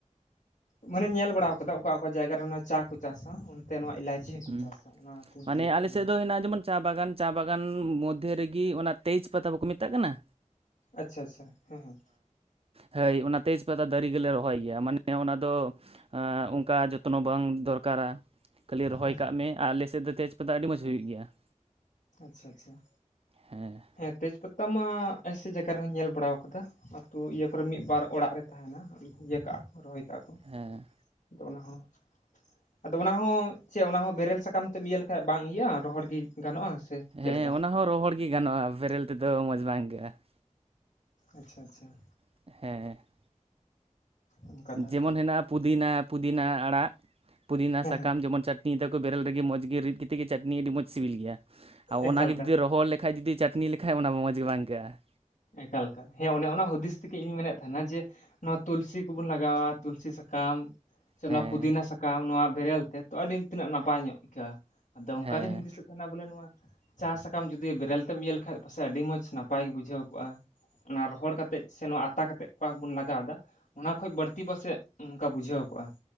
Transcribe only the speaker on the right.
ᱦᱩᱸ
ᱢᱟᱱᱮ
ᱟᱞᱮ
ᱥᱮᱫ
ᱫᱚ ᱦᱮᱱᱟᱜᱼᱟ ᱡᱮᱢᱚᱱ ᱪᱟ ᱵᱟᱜᱟᱱ ᱪᱟ ᱵᱟᱜᱟᱱ ᱢᱚᱫᱽᱫᱷᱮ ᱨᱮᱜᱮ ᱚᱱᱟ ᱛᱮᱡᱽ ᱯᱟᱛᱟ ᱵᱟᱠᱚ ᱢᱮᱛᱟᱜ ᱠᱟᱱᱟ
ᱦᱳᱭ ᱚᱱᱟ ᱛᱮᱡᱽ ᱯᱟᱛᱟ ᱫᱟᱨᱮ ᱜᱮᱞᱮ ᱨᱚᱦᱚᱭ ᱜᱮᱭᱟ ᱢᱟᱱᱮ ᱚᱱᱟ ᱫᱚ ᱟᱼᱼ ᱚᱱᱠᱟ ᱡᱚᱛᱱᱚ ᱵᱟᱝ ᱫᱚᱨᱠᱟᱨᱟ ᱠᱷᱟᱹᱞᱤ ᱨᱚᱦᱚᱭ
ᱠᱟᱜ ᱢᱮ ᱟᱨ ᱟᱞᱮᱥᱮᱫ ᱫᱚ ᱛᱮᱡᱽ ᱯᱟᱛᱟ ᱟᱹᱰᱤ ᱢᱚᱸᱡᱽ ᱦᱩᱭᱩᱜ ᱜᱮᱭᱟ ᱾
ᱦᱮᱸ
ᱦᱮᱸ ᱾
ᱦᱮᱸ
ᱚᱱᱟ ᱦᱚᱸ ᱨᱚᱦᱚᱲ ᱜᱮ ᱜᱟᱱᱚᱜᱼᱟ ᱵᱮᱨᱮᱞ ᱛᱮᱫᱚ ᱢᱚᱡᱽ ᱵᱟᱝ ᱟᱹᱭᱠᱟᱹᱜᱼᱟ ᱾
ᱦᱮᱸ ᱾
ᱡᱮᱢᱚᱱ ᱦᱮᱱᱟᱜᱼᱟ ᱯᱩᱫᱤᱱᱟ ᱯᱩᱫᱤᱱᱟ ᱟᱲᱟᱜ ᱯᱩᱫᱤᱱᱟ
ᱥᱟᱠᱟᱢ
ᱡᱮᱢᱚᱱ ᱪᱟᱴ ᱱᱤ ᱫᱟᱠᱚ ᱵᱮᱨᱮᱞ ᱨᱮᱜᱮ ᱢᱚᱡᱽ ᱜᱮ ᱨᱤᱫ ᱠᱟᱛᱮᱫ ᱜᱮ ᱪᱟᱴᱱ ᱟᱹᱰᱤ ᱢᱚᱡᱽ ᱥᱤᱵᱤᱞ ᱜᱮᱭᱟ ᱟᱨ
ᱚᱱᱟᱜᱮ
ᱡᱩᱫᱤ ᱨᱚᱦᱚᱲ ᱞᱮᱠᱷ ᱠᱷᱟᱡ ᱡᱩᱫᱤ ᱪᱟᱹᱴᱱᱤ ᱞᱮᱠᱷᱟᱡ ᱚᱱᱟ ᱢᱚᱡᱽ ᱜᱮ ᱵᱟᱝ ᱟᱹᱭᱠᱟᱹᱜᱼᱟ ᱾
ᱦᱮᱸ
ᱦᱮᱸ